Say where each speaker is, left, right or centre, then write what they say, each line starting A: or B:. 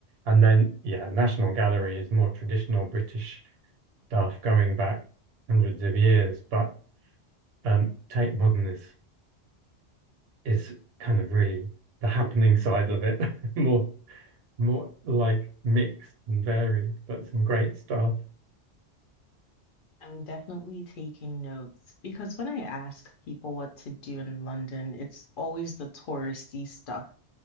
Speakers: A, on the right (about 65°); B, on the left (about 55°).
A: And then, yeah, National Gallery is more traditional British stuff going back hundreds of years, but um, Tate Modern is is kind of really the happening side of it, <laughs> more more like mixed and varied, but some great stuff.
B: I'm definitely taking notes because when I ask people what to do in London, it's always the touristy stuff.